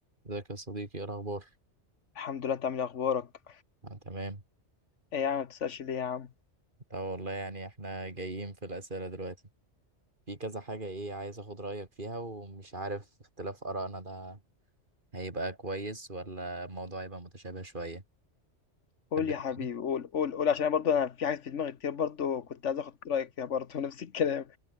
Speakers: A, on the right (about 45°); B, on the left (about 80°).
A: ازيك يا صديقي ايه الاخبار
B: الحمد لله انت عامل ايه اخبارك
A: آه تمام
B: ايه يا عم ما بتسألش ليه يا عم
A: اه والله يعني احنا جايين في الاسئله دلوقتي في كذا حاجه ايه عايز اخد رايك فيها ومش عارف اختلاف ارائنا ده هيبقى كويس ولا الموضوع هيبقى متشابه شويه
B: قول
A: تحب نبتدي
B: يا حبيبي قول قول قول عشان برضه انا في حاجات في دماغي كتير برضه كنت عايز اخد رايك فيها برضه <laughs> نفس الكلام